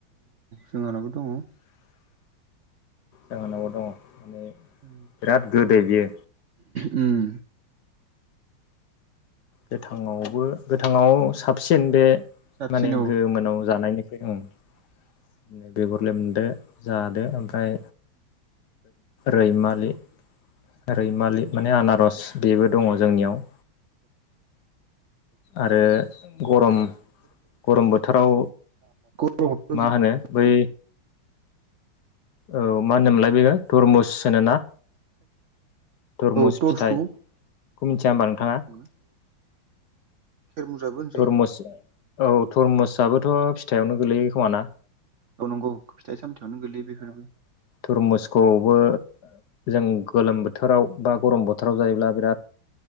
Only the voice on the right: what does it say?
जोंहालाबो दङ।
<inaudible>
उम।
साबसिन
औ
<unintelligible>
औ
औ टर्सखौ
<inaudible> खेर मुजाबो
औ नंगौ फिथाइ सामथायावनो गोलैयो बेफोरबो